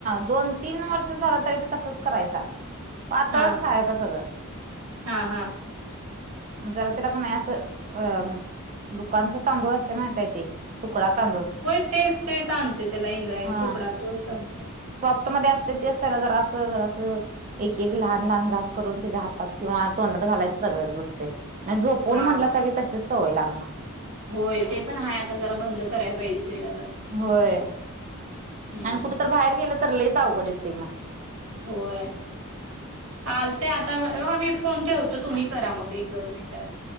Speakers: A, on the right; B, on the right.
A: दोन तीन वर्ष झाला तरी पी तसच करायचा पातळच
B: हा
A: खायच सगळं
B: हा हा
A: जरा तिला का नाही असं अ दुकानचं तांदूळ असत माणतायेत ते तुकडा तांदूळ
B: होय तेच ते सांगते त्याला इंद्रायणी
A: हा
B: तुकडा तूच सांगते
A: सॉफ्ट मध्ये असते ते असते ना जर असं ज असं एक एक लहान लहान घास करून त्याच्या हातात किंवा तोंडात घालायचं सगळत बसते नाही झोपून
B: हा
A: म्हटलं सग तशीच सवय लागणार
B: होय ते पण आहेा आता जरा बंद कराय पाहिजे तेलर
A: होय
B: हम्म.
A: आणि कुठ तर बाहेर गेलं तर ललेच अवघड येते मग
B: होय चालते आता बघ आ म्ी फोन ठवतो तुम्ही करा मग एक दोन मिनिटां